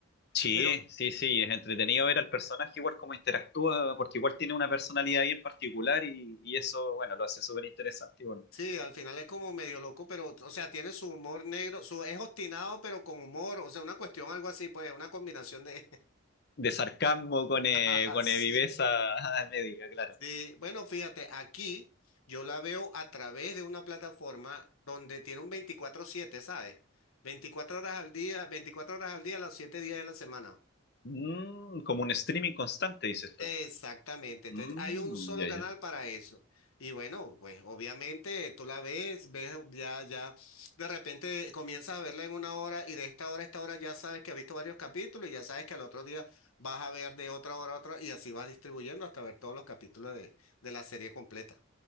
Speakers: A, on the left (about 50°); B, on the left (about 85°).
A: sí,
B: Pero
A: sí, sí, es entretenido ver al personaje igual cómo interactúa, porque igual tiene una personalidad bien particular y, y eso, bueno, lo hace súper interesante, y bueno,
B: sí, al final es como medio loco, pero, o sea, tiene su humor negro, su, es obstinado, pero con humor, o sea, una cuestión, algo así, pues, una combinación de...
A: de sarcasmo con, eh,
B: <laughs>
A: con
B: Sí.
A: eh, viveza <laughs> médica, claro.
B: Sí, bueno, fíjate, aquí yo la veo a través de una plataforma donde tiene un veinticuatro siete, ¿sabes? 24 horas al día, veinticuatro horas al día, los 7 días de la semana.
A: Mm, como un streaming constante, dices tú.
B: Exactamente,
A: Mm,
B: entonces hay un solo
A: ya,
B: canal
A: ya.
B: para eso. Y bueno, pues obviamente tú la ves, ves ya, ya, de repente comienzas a verla en una hora y de esta hora a esta hora ya sabes que has visto varios capítulos y ya sabes que al otro día vas a ver de otra hora a otra y así vas distribuyendo hasta ver todos los capítulos de, de la serie completa.